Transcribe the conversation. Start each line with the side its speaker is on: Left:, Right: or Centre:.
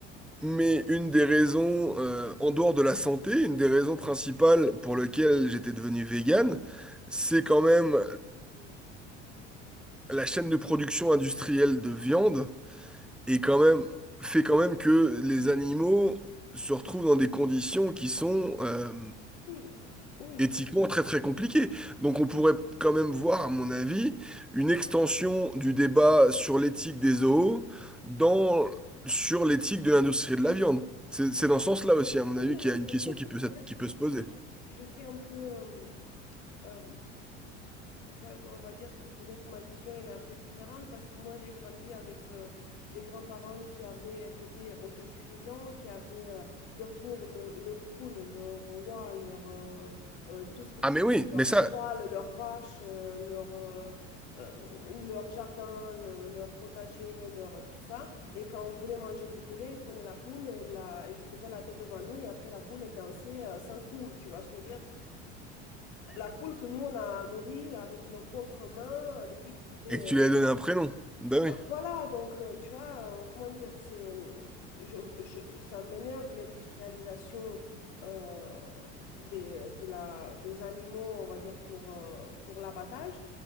Centre: Mais une des raisons, euh, en dehors de la santé, une des raisons principales pour lesquelles j'étais devenu vegan, c'est quand même la chaîne de production industrielle de viande est quand même, fait quand même que les animaux se retrouvent dans des conditions qui sont euh,
Left: Oui, mais, oui,
Centre: éthiquement
Left: mais-
Centre: très très compliquées. Donc on pourrait quand même voir, à mon avis, une extension du débat sur l'éthique des zoos dans, sur l'éthique de l'industrie de la viande. C'est c'est dans ce sens-là aussi, à mon
Left: oui,
Centre: avis,
Left: mais
Centre: qu'il
Left: le,
Centre: y a une
Left: le
Centre: question
Left: truc,
Centre: qui
Left: c'est
Centre: peut,
Left: que peut-être
Centre: s'être- qui peut
Left: je,
Centre: se poser.
Left: je, suis je suis un peu... euh, euh, Enfin, on va dire que peut-être ma vision elle est un peu différente parce que moi j'ai grandi avec euh, des grands-parents qui avaient qui étaient autosuffisants, qui avaient euh, leur pour le, leur poule, leur oie, leur euh, euh, tout ce que tu
Centre: Ah mais oui,
Left: veux, leur
Centre: mais
Left: cheval,
Centre: ça,
Left: leur vache, euh, leur euh, euh, leur jardin, le- leur potager, leur tout ça. Et quand on voulait manger du poulet, ils prenaient la poule et la, ils lui coupaient la tête devant nous et après la poule elle dansait euh, sans coups, tu vois ce que je veux dire? La poule que nous, on a nourrie avec nos propres mains euh, depuis que c'était...
Centre: et que
Left: euh,
Centre: tu lui as donné un prénom. Ben oui.
Left: euh, Voilà, donc, euh, tu vois, euh, comment dire, c'est... euh, je- je- ça m'énerve l'industrialisation euh, des, de la, des animaux, on va dire, pour, euh, pour l'abattage.